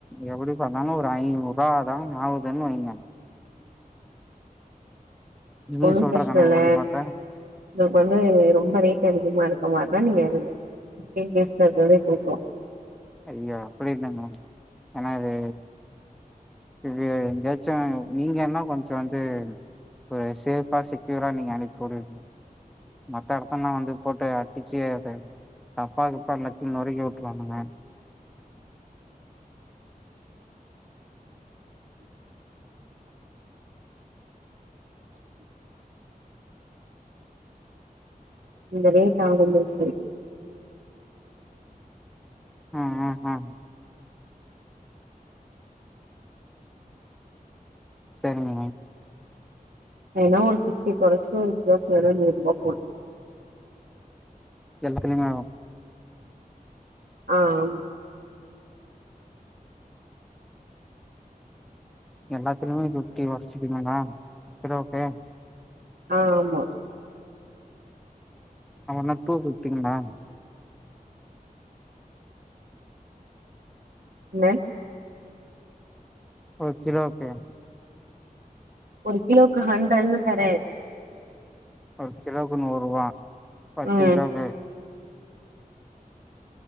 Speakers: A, in the centre; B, on the right.
A: எப்படி பண்ணாலும் ஒரு ஐநூறுவா தா ஆவுதுன்னு வைங்க நீங்க
B: ஒண்ணும்
A: சொல்ற
B: பிரச்சனை
A: கணக்குப்படி
B: இல்ல
A: பாத்தா
B: உங்களுக்கு வந்து ரொம்ப ரேட் அதிகமா இருக்க மாரி ஆ நீங்க அது பீப்டின் டேஸ்ல இருக்குறதே குடுக்கலாம்
A: ஐயா அப்படி இல்ல மேம் ஏன்னா அது இ எங்கயாச்சும் நீங்கல்லாம் கொஞ்சம் வந்து ஒரு சேஃபா செக்யூரா நீங்க அனுப்பி விடு மத்த இடத்தல்லாம் வந்து போட்டு அட்டிச்சு அத டப்பாகிப்பா எல்லாத்தையும் நொறுக்கி விட்டுருவானுங்க
B: இந்தனை தான் ஒ சரி
A: ஆஹ ஆஹ ஹ சரிங்க
B: ஏன்னா ஒரு பிப்டி கொரச்சி உனக்கு போய்ட்டு வார நூறுவா போட்
A: எல்லாத்துலயுமே
B: ஆ ஆம்
A: எல்லாத்துலயுமே பிப்டி குரச்சுக்குதுனா ஓகே
B: ஆஹ ஆமா
A: ஹ என்ன டூபிப்டிங்களா
B: இல்ல
A: ஒரு கிலோ ஓகே
B: ஒரு கிலோக்கு ஹண்ட்ரடுனு தரே
A: ஒரு கிலோக்கு நூறுவா பத்தினாங்க
B: ம்